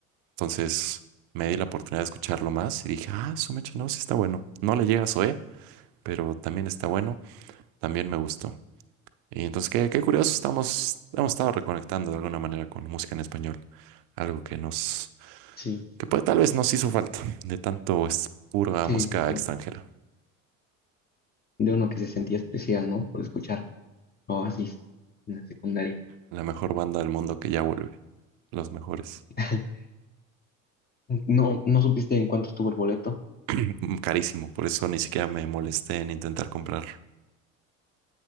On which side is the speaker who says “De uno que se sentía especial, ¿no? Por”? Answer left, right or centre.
Left